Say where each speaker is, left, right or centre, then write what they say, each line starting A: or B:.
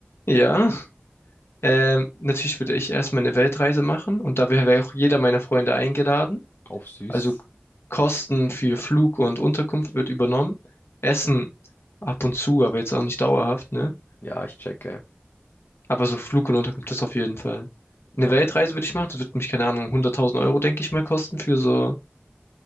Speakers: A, on the left (about 75°); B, on the left (about 55°).
A: Ja. Ähm, natürlich würde ich erstmal eine Weltreise machen und da wäre wär auch jeder meiner Freunde eingeladen.
B: <laughs> Auf süß.
A: Also Kosten für Flug und Unterkunft wird übernommen. Essen ab und zu, aber jetzt auch nicht dauerhaft, ne?
B: Ja, ich checke.
A: Aber so Flug und Unterkunft ist auf jeden Fall.
B: Ja,
A: Eine Weltreise würde ich machen. Das wird mich, keine Ahnung, 100.000 Euro, denke ich mal, kosten für so